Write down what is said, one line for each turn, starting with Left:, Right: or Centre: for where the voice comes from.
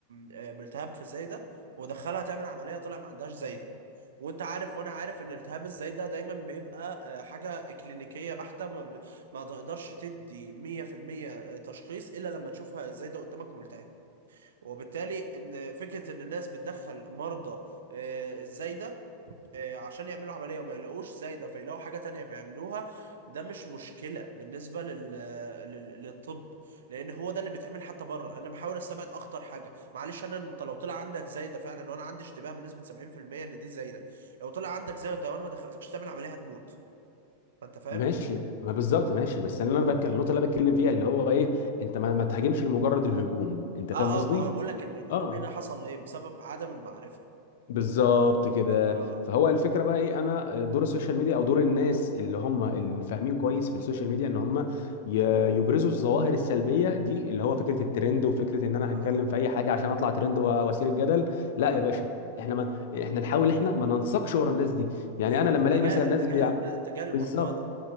Right: آه، بالتهاب في الزايدة ودخلها تعمل عملية طلع ما عندهاش زايدة وانت عارف وانا عارف ان التهاب الزايدة دايما بيبقى آه، حاجة كلينيكية بحتة ما تقدرش تدي 100% تشخيص الا لما تشوفها ازاي ده قدامك ملتهب وبالتالي ان فكره ان الناس بتدخل مرضى آه، الزايده آه، عشان يعملوا عمليه وما يلاقوش زايده فيلاقوا حاجه تانية فيعملوها ده مش مشكله بالنسبه لل... آه، لل... للطب لان هو ده اللي بيتعمل حتى بره انا بحاول استبعد اخطر حاجه معلش انا انت لو طلع عندك زايده فعلا وانا عندي اشتباه بنسبه 70% ان دي زايده لو طلع عندك زايده وانا ما دخلتكش تعمل عمليه هتموت فانت فاهم
Left: ماشي ما بالظبط ماشي بس انا انا بتكلم النقطه اللي انا بتكلم فيها اللي هو ايه انت ما, ما تهاجمش لمجرد الهجوم انت
Right: اه
Left: فاهم قصدي
Right: اه ما انا بقول لك ان الهجوم
Left: اه
Right: هنا حصل ليه بسبب عدم المعرفه
Left: بالظبط كده
Right: اه اه
Left: فهو الفكره بقى ايه انا دور السوشيال ميديا او دور الناس اللي هم اللي فاهمين كويس في السوشيال ميديا ان هم ي- يبرزوا الظواهر السلبيه دي اللي هو فكره الترند وفكره ان انا
Right: اه
Left: هتكلم في اي حاجه عشان اطلع ترند و- واثير الجدل لا
Right: اه
Left: يا باشا احنا ما احنا نحاول احنا ما ننساقش ورا الناس دي
Right: بالظبط
Left: يعني انا لما
Right: تجاهل
Left: الاقي مثلا ناس
Right: تجاهل
Left: بيع...
Right: تجاهل المحتوى
Left: بالظبط
Right: ده